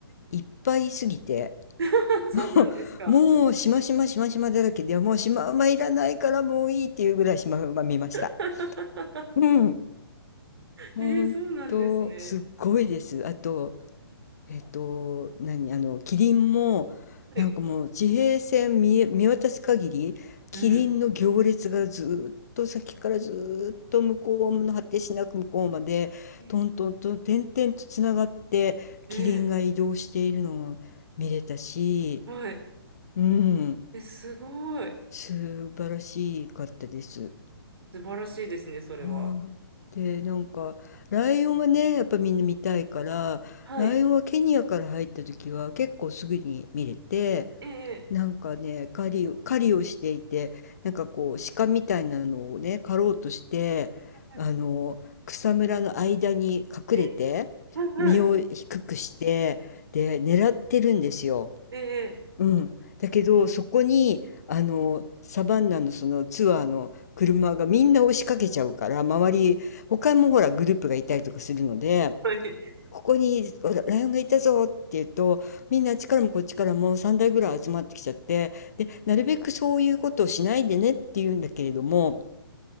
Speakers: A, on the left; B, on the right.
A: いっぱいいすぎて、
B: <laughs> そうなんですか。
A: <laughs> もうしましましましまだらけで、もうシマウマいらないからもういいっていうぐらいシマウマ見ました。
B: <laughs>
A: うん、ほんと、
B: えー、そうなんですね。
A: すっごいです。あと、えっと、何、あの、キリンも、
B: はい。
A: なんかもう地平線見え、見渡す限り、
B: うん。
A: キリンの行列がずーっと先からずーっと向こうの果てしなく向こうまで、
B: え、
A: トントントン、点々とつながって、
B: え
A: キリンが移動しているのが見れたし、
B: ー、はい。
A: うん、
B: え、すごい。
A: 素晴らしかったです。
B: 素晴らしいですね、それは。
A: はい。で、なんか、ライオンはね、やっぱみんな見たいから、
B: はい。
A: ライオンはケニアから入った時は結構すぐに見れて、
B: えー、
A: なんかね、狩りを、狩りをしていて、なんかこう、鹿みたいなのをね、狩ろうとして、
B: えー、
A: あの、
B: はい
A: 草むらの間に隠れて、
B: えはい、はい。
A: 身を低くして、で、狙ってるんですよ。
B: えー、え
A: うん。だけど、そこに、あの、サバンナのそのツアーの車がみんな押しかけちゃうから、周り、他もほらグループがいたりとかするので、
B: ー、はい。<laughs>
A: ここにほらライオンがいたぞって言うと、みんなあっちからもこっちからも3台ぐらい集まってきちゃって、で、なるべくそういうことをしないでねって言うんだけれども、